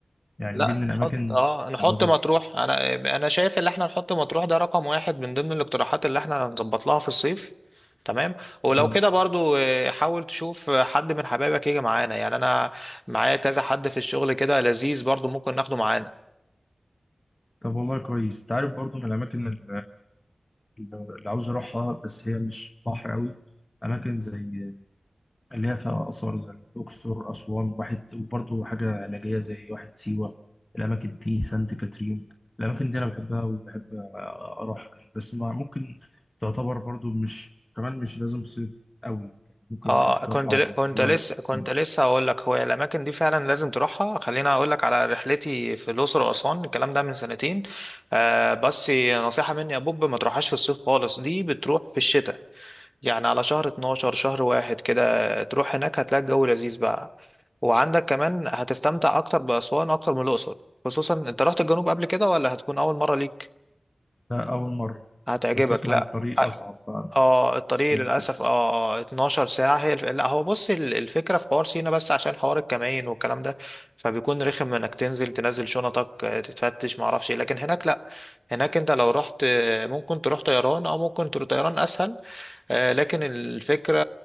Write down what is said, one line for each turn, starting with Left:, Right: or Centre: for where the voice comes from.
Left: يعني
Centre: لا
Left: دي من الاماكن
Centre: نحط
Left: اللي
Centre: اه نحط
Left: عاوز اروحها
Centre: مطروح انا انا شايف ان احنا نحط مطروح ده رقم واحد من ضمن الاقتراحات اللي احنا هنظبط لها في الصيف تمام ولو
Left: آه.
Centre: كده برضو آه، حاول تشوف حد من حبايبك يجي معانا يعني انا معايا كذا حد في الشغل كده لذيذ برضو ممكن ناخده معانا
Left: طب والله كويس انت عارف برضو من الاماكن اللي اللي عاوز اروحها بس هي مش بحر قوي اماكن زي اللي هي فيها اثار زي الاقصر اسوان واحد وبرضو حاجه علاجيه زي واحد سيوه الاماكن دي سانت كاترين الاماكن دي انا بحبها وبحب اروحها يعني بس ما ممكن تعتبر برضو مش كمان مش لازم صيف قوي يعني ممكن
Centre: اه
Left: عادي تروحها
Centre: كنت ل- كنت
Left: في اي وقت
Centre: لسه
Left: في السنه
Centre: كنت لسه هقول لك هو الاماكن دي فعلا لازم تروحها خليني اقول لك على رحلتي في الاقصر واسوان الكلام ده من سنتين آه بس نصيحه مني يا بوب ما تروحهاش في الصيف خالص دي بتروح في الشتاء يعني على شهر 12 شهر واحد كده تروح هناك هتلاقي الجو لذيذ بقى وعندك كمان هتستمتع اكتر باسوان اكتر من الاقصر خصوصا انت رحت الجنوب قبل كده ولا هتكون اول مره ليك
Left: ده اول مره
Centre: هتعجبك
Left: بس اسمع
Centre: لا
Left: ان الطريق اصعب بقى من
Centre: اه الطريق
Left: سينا
Centre: للاسف
Left: كده
Centre: اه 12 ساعه هي الف... لا هو بص ال- الفكره في حوار سينا بس عشان حوار الكمائن والكلام ده فبيكون رخم انك تنزل تنزل شنطك آه، تتفتش ما اعرفش إيه. لكن هناك لا هناك انت لو رحت آه، ممكن تروح طيران او ممكن تروح طيران اسهل آه، لكن الفكره